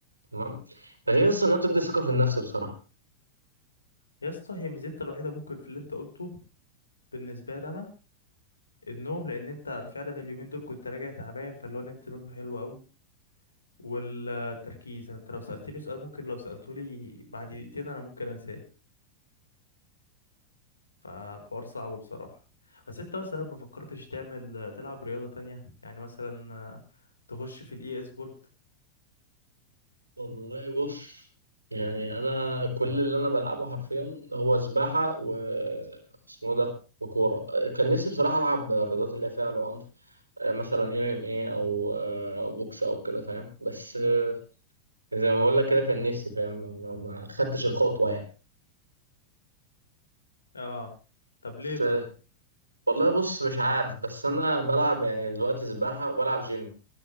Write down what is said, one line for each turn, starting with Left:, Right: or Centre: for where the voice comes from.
Right: تمام ده غير أصلا إنها بتدي ثقة في النفس بصراحة
Left: يا اسطى هي ميزتها الوحيدة ممكن في اللي انت قلته بالنسبة لي انا النوم لان انت أنا فعلا اليومين دول كنت راجع تعبان فاللي هو نمت نوم حلو قوي والتركيز انا انت لو سألتني سؤال ممكن لو سألته لي بعد دقيقتين انا ممكن انساه فالحوار صعب بصراحة بس انت مثلا ما فكرتش تعمل تلعب رياضة تانية يعني مثلا آه، تخش في الاي سبورت
Right: والله بص يعني انا كل اللي انا بلعبه حرفيا هو سباحه و اسمه ده وكوره كان نفسي بصراحه العب الرياضات اللي هي فيها العنف آه، مثلا ام ام اي او آه، او بوكس او كده فاهم بس آه، زي ما بقول لك كده كان نفسي فاهم ما ما- ما خدتش الخطوه يعني
Left: اه طب
Right: بس
Left: ليه طيب
Right: آه، والله بص مش عارف بس انا بلعب يعني دلوقتي سباحه وبلعب جيم